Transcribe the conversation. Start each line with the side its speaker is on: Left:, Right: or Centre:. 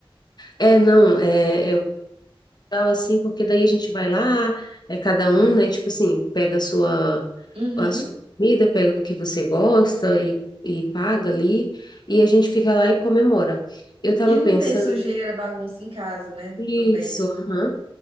Left: É, não, é, é legal assim, porque daí a gente vai lá, é cada um, né? Tipo assim, pega a sua,
Right: Uhum.
Left: a sua comida, pega o que você gosta e, e paga ali, e a gente fica lá e comemora. Eu tava
Right: E não
Left: pensando
Right: tem sujeira, bagunça em casa, né?
Left: isso,
Right: Também.
Left: aham.